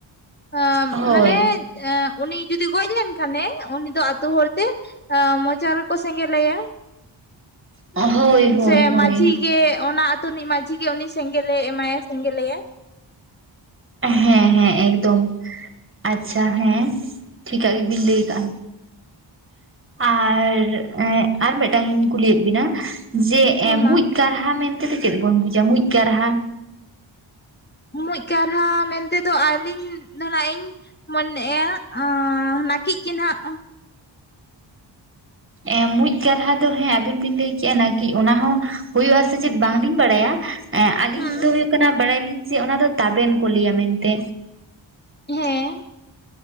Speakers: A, on the left; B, on the right.
A: ᱮᱸ
B: ᱦᱳᱭ
A: ᱢᱟᱱᱮ ᱮᱸ ᱩᱱᱤ ᱡᱩᱫᱤ ᱜᱚᱡ ᱞᱮᱱᱠᱷᱟᱱᱮ ᱩᱱᱤ ᱫᱚ ᱟᱛᱳ ᱦᱚᱲᱛᱮ ᱢᱚᱪ ᱨᱮ ᱠᱚ ᱥᱮᱸᱜᱮᱞᱟᱭᱟ
B: ᱦᱳᱭ ᱦᱳᱭ
A: ᱥᱮ
B: ᱦᱳᱭ
A: ᱢᱟᱹᱡᱷᱤ ᱜᱮ ᱚᱱᱟ ᱟ ᱛᱩ ᱨᱤᱱᱤᱡ ᱢᱟᱺᱡᱷᱤ ᱜᱮ ᱩᱱᱤ ᱥᱮᱸᱜᱮᱞ ᱮᱢᱟᱭᱟ ᱥᱮᱸᱜᱮᱞᱮᱟᱭ
B: ᱦᱮᱸ ᱦᱮᱸ ᱮᱠᱫᱚᱢ ᱟᱪᱪᱷᱟ ᱦᱮᱸ ᱴᱷᱤᱠᱟᱜ ᱜᱮᱵᱤᱱ ᱞᱟᱹᱭ ᱠᱟᱜ-ᱟ᱾ ᱟᱨ ᱟᱨ ᱢᱤᱫᱴᱟᱝᱤᱧ ᱠᱩᱞᱤᱭᱮᱫ ᱵᱤᱱᱟ? ᱡᱮ
A: ᱦᱮᱸ ᱢᱟ
B: ᱢᱩᱡ ᱠᱟᱨᱦᱟ ᱢᱮᱱᱛᱮ ᱫᱚ ᱪᱮᱫ ᱵᱚᱱ ᱵᱩᱡᱟ? ᱢᱩᱡ ᱠᱟᱨᱦᱟ,
A: ᱢᱩᱡ ᱠᱟᱨᱦᱟ ᱢᱮᱱᱛᱮ ᱫᱚ ᱟᱹᱞᱤᱧ ᱫᱚ ᱱᱟᱜ ᱤᱧ ᱢᱚᱱᱮ-ᱟ ᱟᱸ ᱱᱟᱹᱠᱤᱡ ᱜᱮ ᱱᱟᱦᱜ᱾
B: ᱮ ᱢᱩᱡ ᱠᱟᱨᱦᱟ ᱫᱚ ᱦᱮᱸ ᱟᱵᱤᱱ ᱵᱤᱱ ᱞᱮᱭ ᱠᱮᱜ-ᱟ ᱱᱟᱠᱤᱡ ᱚᱱᱟ ᱦᱚᱸ ᱦᱩᱭᱩᱜ ᱟᱥᱮ ᱪᱮᱫ ᱵᱟᱝ ᱞᱤᱧ ᱵᱟᱲᱟᱭᱟ ᱮ ᱟᱞᱤᱧ
A: ᱦᱩᱸ
B: ᱫᱚ ᱦᱩᱭᱩᱜ ᱠᱟᱱᱟ ᱵᱟᱲᱟᱭᱞᱤᱧ ᱡᱮ ᱚᱱᱟ ᱫᱚ ᱛᱟᱵᱮᱱ ᱠᱚ ᱞᱟᱹᱭᱟ ᱢᱮᱱᱛᱮ᱾
A: ᱦᱮᱸ